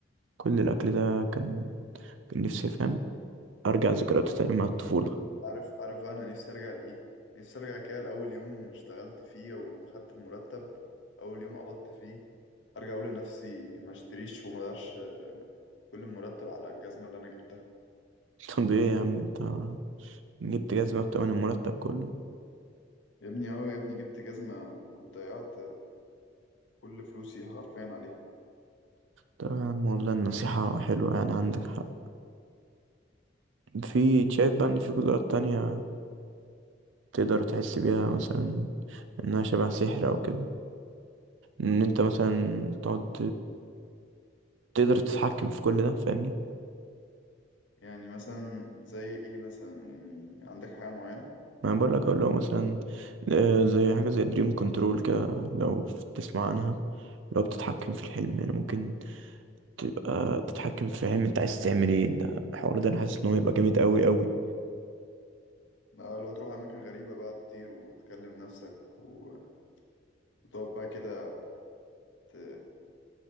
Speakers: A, on the right (about 85°); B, on the left (about 75°).
A: كل الاكل ده كان كان نفسي فاهم ارجع ذكرياته تاني مع الطفوله
B: عارف عارف بقى أنا نفسي أرجع لإيه نفسي أرجع كده لأول يوم اشتغلت فيه أو لما خدت المرتب أول يوم قبضت فيه أرجع أقول لنفسي ما اشتريش وما ضيعش كل المرتب على الجزمة اللي أنا جبتها
A: <laughs> طب ايه يا عم انت جبت جزمه بتمن المرتب كله
B: يا ابني أهو يا ابني جبت جزمة وضيعت كل فلوسي حرفيا عليها
A: طب يا عم والله النصيحه حلوه يعني عندك حق في شايف بقى ان في قدرات تانية تقدر تحس بيها مثلا انها شبه سحر او كده ان انت مثلا تقعد تقدر تتحكم في كل ده فاهمني
B: يعني مثلا زي إيه مثلا يعني عندك حاجة معينة
A: ما بقول لك اللي هو مثلا آه، زي حاجة زي دريم كنترول كده لو تسمع عنها لو بتتحكم في الحلم يعني ممكن تبقى تتحكم في الحلم انت عايز تعمل ايه ده الحوار ده انا حاسس ان هو يبقى جامد قوي قوي
B: آه، لو تروح أماكن غريبة بقى تطير وتكلم نفسك و- وتقعد بقى كده ت-